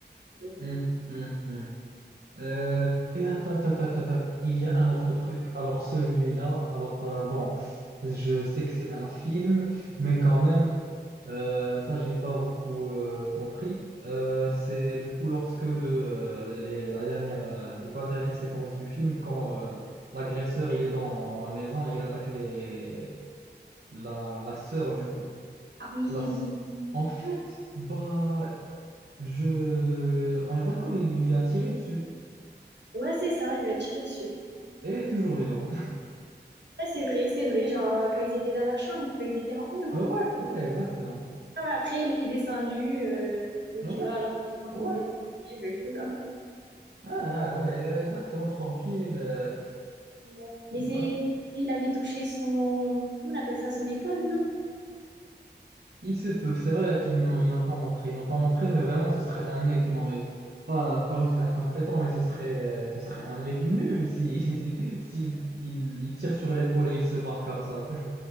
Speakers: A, on the right (about 80°); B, on the right (about 65°).
A: heureusement.
B: Hum, hum, hum. Euh, et attends, attends, attends, attends, il y a un autre truc. Alors celui-là, alors euh, bon, je sais que c'est un film, mais quand même, euh, ça j'ai pas beaucoup euh, compris. Euh, c'est du coup lorsque le, euh, les- la dernière, euh, du coup la dernière séquence du film, quand euh, l'agresseur il est dans, dans la maison et il attaque les, la, la sœur du coup.
A: Ah oui,
B: La s-
A: oui.
B: En fait, bah je, on est d'accord, il lui a tiré dessus.
A: Ouais, c'est ça, il lui a tiré dessus.
B: Et elle est toujours vivante.
A: Ouais, c'est vrai, c'est vrai, genre, euh, quand ils étaient dans la chambre, quand ils étaient en haut, non?
B: Ouais, ouais, exactement.
A: Ah ouais, après, il est descendu, euh, il
B: Ouais,
A: dit, ouais, alors, vous m'entendez?
B: ouais.
A: Ok, bah, cool, hein.
B: Ah, ah, ouais, exactement, tranquille. euh,
A: Ouais.
B: comme
A: Mais c'est,
B: ça.
A: il avait touché son, comment on appelle ça, son épaule, non?
B: Ils se peuvent, c'est vrai qu'ils n'ont ils n'ont pas montré. Ils n'ont pas montré, mais vraiment, ce serait un mec, non, mais pas, pas juste incompétent, mais ce serait, euh, ce serait un mec nul si, <laughs> si, si il, il tire sur l'épaule et il se barre comme ça.